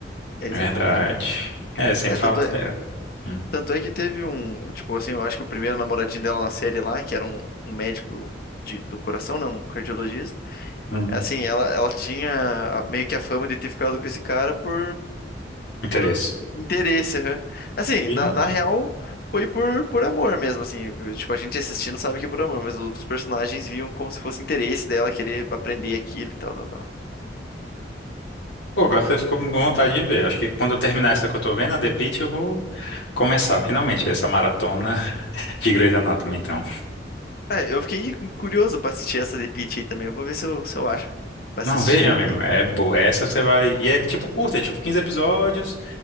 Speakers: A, on the left; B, on the left.
A: É exatamente
B: Verdade.
A: isso.
B: É, eu sempre
A: É, tanto
B: falo que é. Hum,
A: Tanto é que teve um, tipo assim, eu acho que o primeiro namoradinho dela na série lá, que era um, um médico de- do coração, não, um cardiologista.
B: hum,
A: é Assim, ela, ela tinha a- meio que a fama de ter ficado com esse cara por,
B: interesse.
A: por interesse, aham. Assim,
B: Ih.
A: na, na real, foi por, por amor mesmo, assim. Tipo, a gente assistindo sabe que é por amor, mas os outros personagens viam como se fosse interesse dela querer aprender aquilo e tal, tal, tal.
B: Pô, agora você ficou com vontade de ver. Acho que quando eu terminar essa que eu tô vendo, a The Pitt, eu vou começar finalmente essa maratona <laughs> de Grey's Anatomy, então.
A: É, eu fiquei curioso pra assistir essa de Peach aí também. Eu vou ver se eu, se eu acho pra
B: Não,
A: assistir
B: veja,
A: aqui.
B: amigo, é boa. Essa você vai.
A: Aham.
B: E é tipo curta, é tipo 15 episódios.